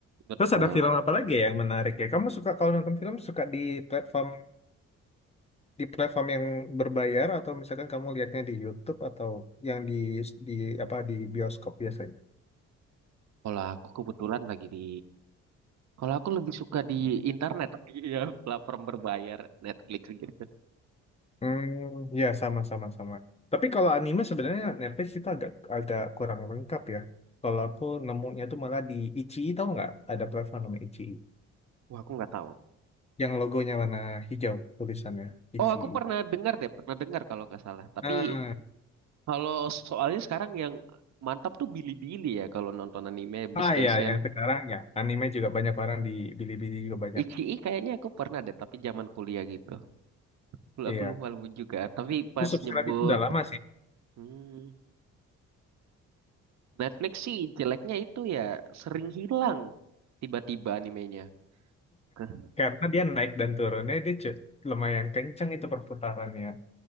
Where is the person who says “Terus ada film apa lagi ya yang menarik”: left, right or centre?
Left